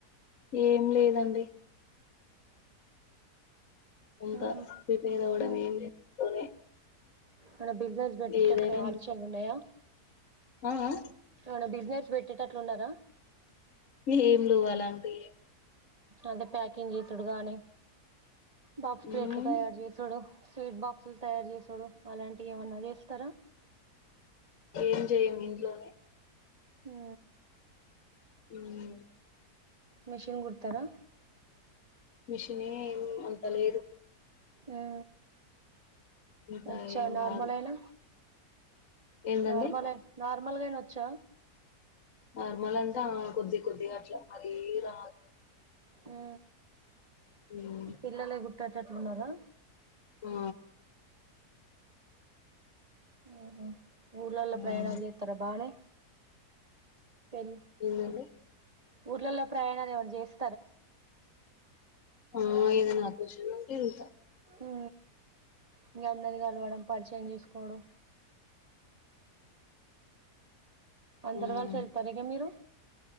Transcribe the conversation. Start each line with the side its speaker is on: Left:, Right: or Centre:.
Left: ఏం లేదండి ఇంకా
Right: ఆహా
Left: ప్రిపేర్ అవ్వడం
Right: ఆ
Left: ఏమీ లేదు ఇంట్లోనే
Right: ఏమన్నా బిజినెస్లు పెట్టేటట్టు
Left: ఏదైనా
Right: ఆలోచనలు ఉన్నాయా
Left: ఆ ఆ
Right: ఏమన్నా బిజినెస్ పెట్టేట టట్లుండార
Left: ఏం లో వాల అంపిఏ
Right: అదే ప్యాకింగ్ జేసాడు గానీ బాక్స్ లు
Left: ఉమ్
Right: ఎట్లా తయారు చేసిడో స్వీట్ బాక్సులు తయారు చేసిడు అలాంటివి ఏమన్నా జేస్తారా
Left: ఏం జెయ్యం ఇంట్లోనే
Right: హా
Left: <unintelligible>
Right: మెషన్ గుడతారా
Left: మిషినే ఏం అంత లేదు
Right: ఆ
Left: అంత
Right: వచ్చా
Left: ఏం
Right: నార్మల్
Left: రాదు
Right: అయనా
Left: ఏందండి
Right: నార్మల్ ఏ నార్ నార్మల్ గైన వచ్చా
Left: నార్మల్ అం కొద్ది కొద్దిగా అట్ల అది రాద్
Right: ఆ
Left: హ్మ్
Right: పిల్లలే గుట్ కడతట్లు ఉన్నారా
Left: ఆ
Right: ఉహు ఊర్లల్లో ప్రయాణాలు
Left: ఉమ్,
Right: జేత్తారా బానే పెళ్
Left: ఏందండి
Right: ఊర్లలో ప్రయాణాలు ఏమన్న జేస్
Left: ఆ ఏదన్నా <unintelligible> ఎల్తా
Right: ఉ ఇంగ అందరిని కలవడం పరిచయం జేసుకోవడం అందరు
Left: హ్మ్
Right: గలసి వెళ్తార ఇగ మీరు